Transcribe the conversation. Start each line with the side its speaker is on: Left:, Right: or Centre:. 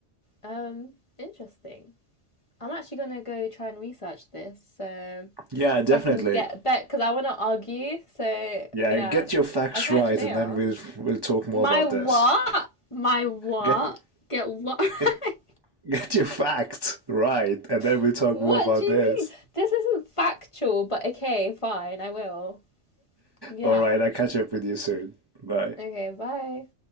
Left: Um, interesting. I'm actually gonna go try and research this so
Right: Yeah, definitely.
Left: so I can get back because I want to argue. So
Right: Yeah,
Left: yeah,
Right: get your facts
Left: I'll catch
Right: right,
Left: you later.
Right: and then we'll we'll talk more
Left: My
Right: about
Left: what?
Right: this.
Left: My what?
Right: Get
Left: Get what? right?
Right: get <laughs> get your facts right, and then we'll
Left: <laughs>
Right: talk
Left: what
Right: more about
Left: do you
Right: this.
Left: mean? This isn't factual, but okay, fine, I will. Yeah.
Right: All right, I'll catch up with you soon. Bye.
Left: Okay, bye.